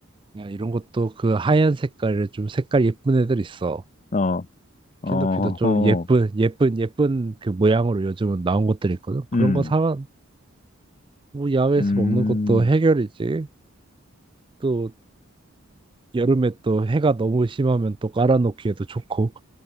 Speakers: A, on the right; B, on the left.
A: 야, 이런 것도 그 하얀 색깔을 좀 색깔 예쁜 애들 있어.
B: 어, 어,
A: 캐노피도 좀
B: 어,
A: 예쁜, 예쁜, 예쁜 그 모양으로 요즘은 나온 것들이 있거든. 그런
B: 음,
A: 거 사, 뭐 야외에서
B: 음.
A: 먹는 것도 해결이지. 또 여름에 또 해가 너무 심하면 또 깔아놓기에도 좋고.